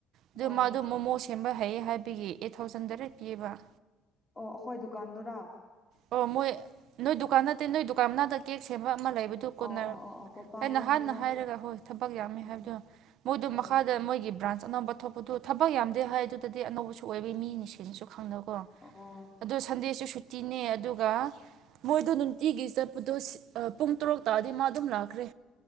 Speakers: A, on the right; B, on the left.
A: ꯑꯗꯨ
B: ꯑꯣ
A: ꯃꯥꯗꫭ ꯃꫭꯃꫭ ꯁ‌ꯦꯝ ꯁꯦꯝꯕ ꯍꯩꯌꯦ ꯍꯥꯏꯕꯒꯤ ꯑꯦꯠ ꯊꯥꯎꯖꯟ ꯗꯔꯦꯠ ꯄꯤꯑꯕ
B: ꯑꯣ ꯑꯩꯈꯣꯏ ꯗꯨꯀꯥꯟꯗꯨꯔꯥ
A: ꯑꯣ ꯃꯣꯏ ꯅꯣꯏ ꯗꯨꯀꯥꯟ ꯅꯠꯇꯦ ꯅꯣꯏ ꯗꯨꯀꯥꯟ ꯃꯅꯥꯗ ꯀꯦꯛ ꯁꯦꯝꯕ ꯑꯃ ꯂꯩꯕ ꯍꯥꯏꯕꯗꯨ ꯀꯣꯟ
B: ꯑꯣ ꯑꯣ ꯑꯣ ꯑꯣ ꯄꯣꯄꯥ
A: ꯑ ꯅꯍꯥꯟꯅ
B: ꯈꯣꯏꯗꯨꯀꯣ
A: ꯍꯥꯏꯔꯒ ꯍꯣꯏ ꯊꯕꯛ ꯌꯥꯝꯃꯤ
B: ꯎꯝ
A: ꯍꯥꯏꯕꯗꯣ ꯃꯣꯏꯗꯨ ꯃꯈꯥꯗ
B: ꯑꯣ
A: ꯃꯣꯏꯒꯤ ꯕ꯭ꯔꯥꯟꯁ ꯑꯅꯧꯕ ꯊꯣꯛꯄꯗꯨ ꯊꯕꯛ ꯌꯥꯝ ꯍꯥꯏ ꯑꯗꯨꯗꯗꯤ ꯑꯅꯧꯕ ꯑꯣꯏ ꯃꯤ ꯈꯪꯗꯣ
B: ꯑꯣ
A: ꯑꯗ ꯁꯨꯇꯤꯅꯦ ꯑꯗꯨꯒ ꯃꯣꯏꯗꯣ ꯅꯨꯡꯇꯤꯒꯤ ꯆꯠꯄꯗꯣ ꯄꯨꯡ ꯇꯔꯨꯛ ꯇꯥꯔꯗꯤ ꯃꯥ ꯑꯗꯨꯝ ꯂꯥꯛꯈ꯭ꯔꯦ